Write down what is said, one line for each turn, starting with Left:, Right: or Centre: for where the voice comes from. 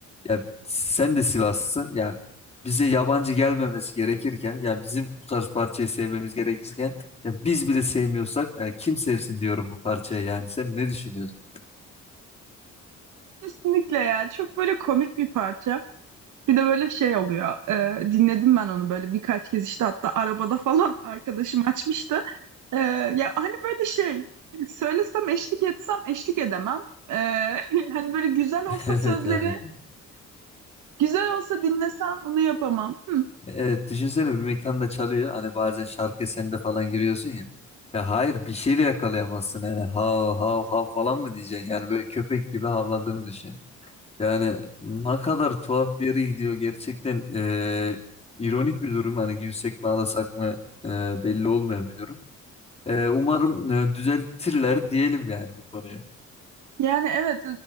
Left: Ya sen de Sivaslısın. Ya bize yabancı gelmemesi gerekirken ya bizim bu tarz parçayı sevmemiz gerekirken ya biz bile sevmiyorsak e, kim sevsin diyorum bu parçayı yani. Sen ne düşünüyorsun?
Right: Kesinlikle ya. Çok böyle komik bir parça. Bir de böyle şey oluyor. e, dinledim ben onu böyle birkaç kez işte hatta arabada falan <laughs> arkadaşım açmıştı. E, ya hani böyle şey söylesem eşlik etsem eşlik edemem. E, <laughs> hani böyle güzel
Left: <laughs>
Right: olsa
Left: Evet
Right: sözleri
Left: evet.
Right: güzel olsa dinlesem onu yapamam. Hı.
Left: Evet, düşünsene bir mekanda çalıyor. Hani bazen şarkı eserinde falan giriyorsun ya. Ya hayır bir şey de yakalayamazsın. Yani hav hav hav falan mı diyeceksin? Yani böyle köpek gibi havladığını düşün. Yani ne kadar tuhaf bir yere gidiyor. Gerçekten eee, ironik bir durum. Hani gülsek mi ağlasak mı eee, belli olmayan bir durum. Eee, umarım eee, düzeltirler diyelim yani bu konuyu.
Right: Yani evet